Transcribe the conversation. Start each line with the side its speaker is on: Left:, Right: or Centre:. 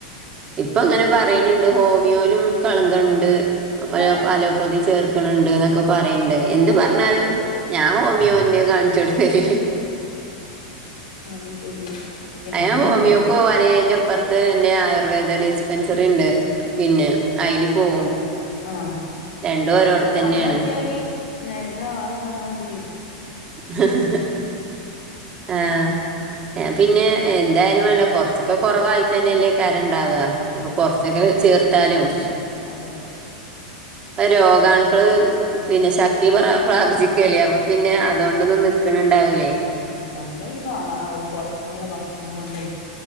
Right: ഇപ്പ
Left: അപ്പൊ
Right: അങ്ങനെ പറയണെണ്ട് ഹോമിയോയിലും കളങ്കെണ്ട്
Left: അല്ലെ
Right: അലോ അലോപ പ്പൊ തീ ചേർക്ക്ണ് ണ്ട്ന്നൊക്കെ പറയ്ണ്ട്. എന്ത്
Left: ആഹ്
Right: പറ്ഞ്ഞാലും
Left: ശരി
Right: ഞാ ഹോമിയോന്നെ കാൺ <unintelligible>
Left: അത് ശരി ഏ
Right: ഹേ
Left: അങ്ങനെയുണ്ടല്ലേ
Right: ഹോമിയോക്കവാല അയിന്റെ ഇപ്പറത്ത് എന്നെ ആയുർവേദ ഡിസ്പെൻസറിണ്ട് പിന്നെ ഐല് പോവും
Left: ആഹ്
Right: രണ്ടും
Left: ഒക്കെ
Right: ഓരോടത്ത്
Left: നടന്നോക്കിയാല്
Right: തന്നെയാണ്
Left: നെരന്ന ആൾന്ന് പർണ മതിരി
Right: ആ ആഹ് എഹ് പിന്നെ എന്തായാലും വേണ്ടീല കൊർച്ച ക്കെ കൊറവായി തന്നെല്ലേക്കാരം ണ്ടാവ്വാ. ഇപ്പൊ കൊർച്ചൊക്കെ
Left: ആഹ് അതെ
Right: ചേർത്താലും
Left: അതെ അതെ
Right: പ്പം രോഗാണുക്കള് പിന്നെ ശക്തി പ്രാ പ്രാപിച്ചിക്കല്ലേ അപ്പം പിന്നെ അതോണ്ടൊന്നും നിക്ക്ണ് ഇണ്ടാവൂലേ
Left: മ്. നമ്മള് ഈ ഫാ അ പൊർത്ത്ന്ന്ള്ള ഭക്ഷണം കൊണ്ട്